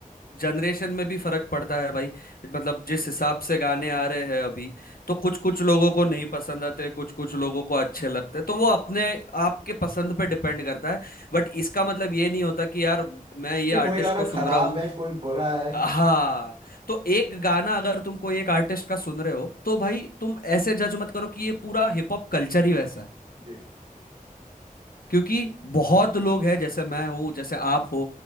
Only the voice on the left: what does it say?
जनरेशन में भी फर्क पड़ता है भाई मतलब जिस हिसाब से गाने आ रहे हैं अभी तो कुछ कुछ लोगों को नहीं पसंद आते कुछ कुछ लोगों को अच्छे लगते तो वो अपने आपके पसंद पे डिपेंड करता है बट इसका मतलब ये नहीं होता कि यार मैं ये
आर्टिस्ट
को सुन
रहा हूँ
हाँ तो एक गाना अगर तुम कोई एक आर्टिस्ट का सुन रहे हो तो भाई तुम ऐसे जज मत करो कि ये पूरा हिप हॉप कल्चर ही वैसा है
क्योंकि बहुत लोग हैं जैसे मैं हूँ जैसे आप हो